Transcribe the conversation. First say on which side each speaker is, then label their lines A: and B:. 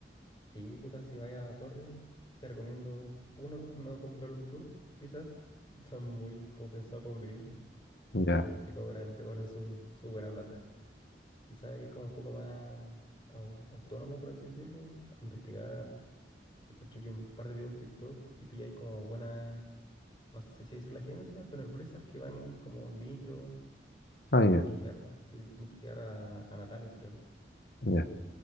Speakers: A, on the left; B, on the left.
A: Sí, puta, si vaya a Torre, te recomiendo, uno, no comprar un tour, quizás. <laughs> Son muy como pensados para un gringo
B: Ya,
A: y te cobran, te cobran su, su buena plata. Quizás ir como un poco más au- autónomo, por así decirlo, a investigar. Escucho que un par de videos en TikTok y pilláis como buenas, no sé si decir la agencia, pero empresas que van como en micro.
B: ah,
A: Tenés
B: ya,
A: que llegar, sí, tenés que llegar a, a Natales, creo.
B: ya.